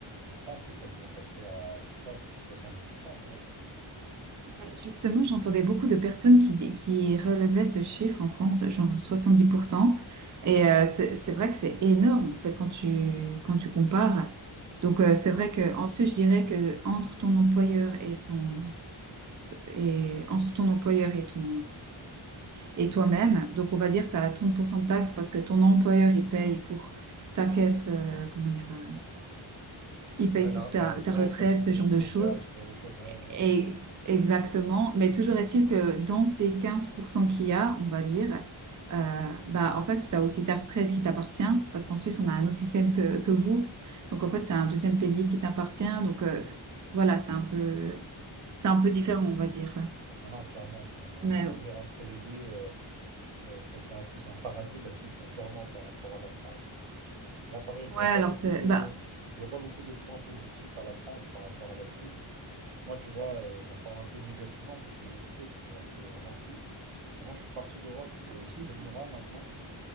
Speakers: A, on the right; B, on the right.
A: en France, tu es quasiment taxé à, je sais pas, peut-être 70%, tu vois.
B: Mais justement, j'entendais beaucoup de personnes qui, qui relevaient ce chiffre en France, de genre soixante-dix pour cent Et euh, c'est c'est vrai que c'est énorme, en fait, quand tu, quand tu compares. Donc, euh, c'est vrai que ensuite, je dirais que entre ton employeur et ton... Et entre ton employeur et ton... et toi-même, donc on va dire que tu as 30% de taxes parce que ton employeur, il paye pour ta caisse, euh, comment dire, euh, il paye
A: Ouais, la,
B: pour ta,
A: la retraite,
B: ta retraite,
A: la sécurité
B: ce genre de
A: sociale,
B: choses.
A: ce genre de choses, ouais, ouais. ouais.
B: Et exactement, mais toujours est-il que dans ces 15% qu'il y a, on va dire, euh, bah, en fait, tu as aussi ta retraite qui t'appartient, parce qu'en Suisse, on a un autre système que, que vous. Donc, en fait, tu as un deuxième pilier qui t'appartient. Donc, euh, c'est- voilà, c'est un peu, c'est un peu différent, on va dire.
A: Non, non, clairement, enfin,
B: Mais
A: à choisir entre les deux. euh, C'est c'est- c'est un peu, c'est un paradis la Suisse, hein, clairement, par rapport à la France. Et là, pareil, je
B: ouais,
A: vois
B: alors
A: pas beaucoup
B: c'est...
A: de,
B: Bah,
A: je vois pas beaucoup de points positifs à la France par rapport à la Suisse. Moi, tu vois, euh, j'en parle un peu négativement parce que j'ai quitté, parce que j'en pouvais vraiment plus. Alors moi, je suis parti d'Europe, je suis
B: ah,
A: aux
B: tu
A: Émirats
B: m'étonnes.
A: maintenant.